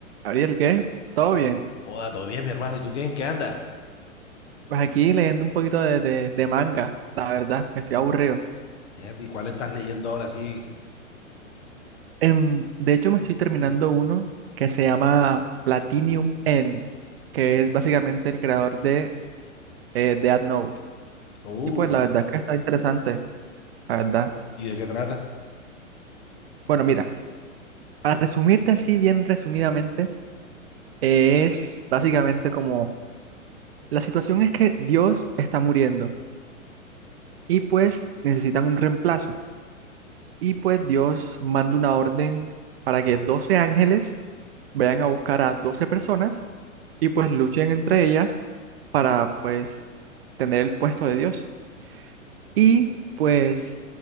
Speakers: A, on the right (about 45°); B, on the left (about 55°).
A: Gabriel, ¿qué? ¿Todo bien?
B: Hola, ¿todo bien, mi hermano? ¿Y tú qué? ¿En qué anda?
A: Pues aquí leyendo un poquito de, de- de manga, la verdad, estoy aburrido.
B: ¿Y cuál estás leyendo ahora sí?
A: Em, de hecho, me estoy terminando uno que se llama Platinum End, que es básicamente el creador de eh, Death Note.
B: Uh,
A: Y pues la verdad es que está interesante, la verdad.
B: ¿y de qué trata?
A: Bueno, mira, para resumirte así bien resumidamente, es básicamente como la situación es que Dios está muriendo y pues necesitan un reemplazo. Y pues Dios manda una orden para que 12 ángeles vayan a buscar a 12 personas y pues luchen entre ellas para pues tener el puesto de Dios. Y pues